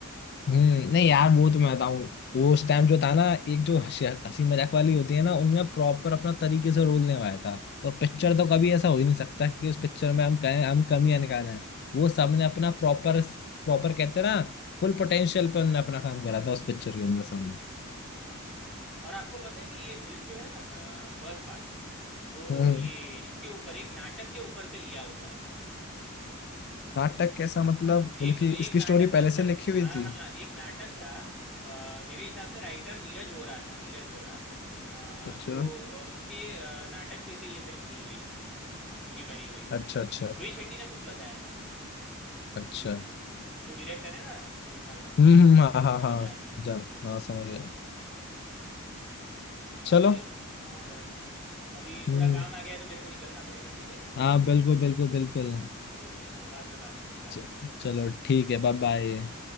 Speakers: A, on the left; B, in the centre.
A: हम्म नहीं यार वो तो मैं बताऊं वो उस टाइम जो था ना एक जो हंसी हंसी मजाक वाली होती है ना उनमें प्रॉपर अपना तरीके से रोल निभाया था तो पिक्चर तो कभी ऐसा हो ही नहीं सकता कि उस पिक्चर में हम कहें हम कमियां निकालें वो सबने अपना प्रॉपर प्रॉपर कहते हैं ना फुल पोटेंशियल पे उन्होंने अपना काम करा था उस पिक्चर के अंदर सबने
B: हाँ भाई और आपको पता है कि ये फिल्म जो है ना फर्स्ट पार्ट वो
A: हम्म
B: ये इसके ऊपर एक नाटक के ऊपर से लिया हुआ है
A: नाटक कैसा मतलब
B: हाँ
A: बल्कि
B: एक एक
A: इसकी
B: नाटक
A: स्टोरी
B: के
A: पहले
B: ऊपर
A: से लिखी
B: से
A: हुई
B: हाँ
A: थी
B: हाँ एक नाटक था अ, मेरे हिसाब से राइटर नीरज वोरा था नीरज वोरा अ,
A: अच्छा
B: जो अ, उसके अ, नाटक पे से ये फिल्म ली हुई थी पूरी बनी हुई
A: अच्छा
B: थी
A: अच्छा
B: रोहित शेट्टी ने खुद बताया था
A: अच्छा
B: जो डायरेक्टर है ना गोलमाल का वो
A: हम्म हम्म, हाँ हाँ
B: उसने
A: हाँ
B: बताया था
A: जान हाँ समझ गया
B: हाँ
A: चलो
B: चलो ब- हाँ भाई अभी थोड़ा
A: हम्म
B: काम आ गया है तो मेरे को निकलना पड़ेगा ठीक है
A: हाँ बिल्कुल बिल्कुल बिल्कुल
B: ओके चलो बाद में बात करते हैं बाय
A: च- चलो ठीक है बाय बाय